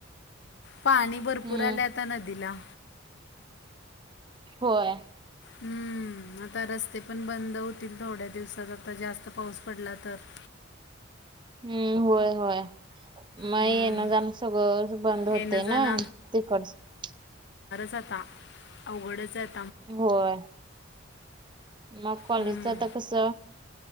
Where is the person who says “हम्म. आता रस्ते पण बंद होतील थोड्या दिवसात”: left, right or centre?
Left